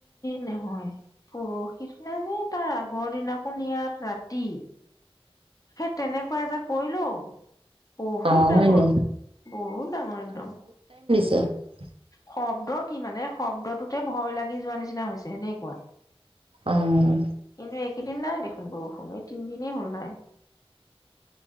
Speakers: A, on the left; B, on the right.
A: নহয় পৰহিত মানে তাৰ আগৰ দিনাখন ইয়াত ৰাতি সেই তেনেকুৱা এজাক পৰিল ঔ। বহুত
B: অ'
A: ডাঙৰ
B: হয় নি?
A: বহুত ডাঙৰ একদম।
B: ত <inaudible>
A: শব্দ কি মানে শব্দটোতে ভয় লাগি যোৱা নিচিনা হৈছে এনেকুৱা।
B: অ'
A: কিন্তু একেইদিন নাই দেখোন - বৰষুণে তিন দিনেই হল‌ নাই।